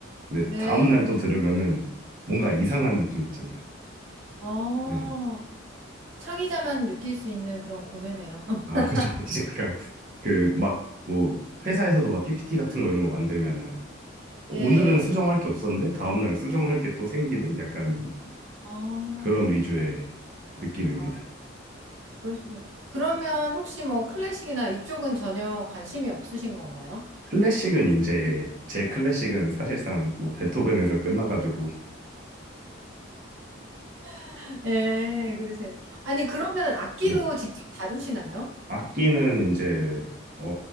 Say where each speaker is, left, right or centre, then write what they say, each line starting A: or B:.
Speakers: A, on the right; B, on the right.
A: 근데
B: 네.
A: 다음날 또 들으면은 뭔가 이상한 느낌 있잖아요.
B: 어.
A: 예.
B: 창의자만 느낄 수 있는 그런 고뇌네요. <laughs>
A: 아, 그죠. <laughs> 이제 약간 그 막 뭐 회사에서도 막 PPT 같은 거 이런 거 만들면은 오늘은
B: 예.
A: 수정할 게 없었는데 다음날 수정할 게 또 생기는 약간
B: 어.
A: 그런 위주의 느낌입니다.
B: 아, 그러시면 그러면 혹시 뭐 클래식이나 이쪽은 전혀 관심이 없으신 건가요?
A: 클래식은 이제 제 클래식은 사실상 뭐 베토벤에서 끝나가지고
B: <laughs> 예, 그러세요. 아니, 그러면 악기도
A: 네.
B: 직접 다루시나요?
A: 악기는 이제 어